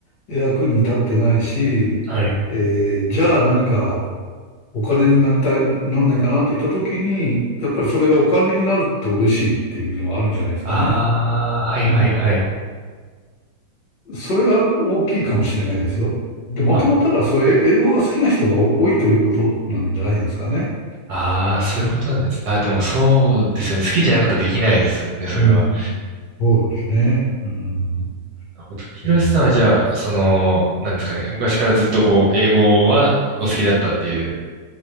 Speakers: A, on the left (about 60°); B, on the right (about 60°).
A: 役に立ってないし、
B: はい。
A: えーじゃあ何かお金になりたい、なんないかなといったときに、やっぱりそれがお金になると嬉しいっていうのはあるんじゃないですかね。
B: ああ、はいはいはい。
A: うん。それが大きいかもしれないですよ。で、もともとだからそういう英語が好きな人が多いということなんじゃないですかね。
B: あ、ああ、そういうことなんです。あ、でもそうですね。好きじゃなかったらできないですもんね、それは。
A: うん。そうですね。うん。
B: なるヒロシさんはじゃあ、
A: うん。
B: その、なんですかね、昔からずっとこう、英語はお好きだったっていう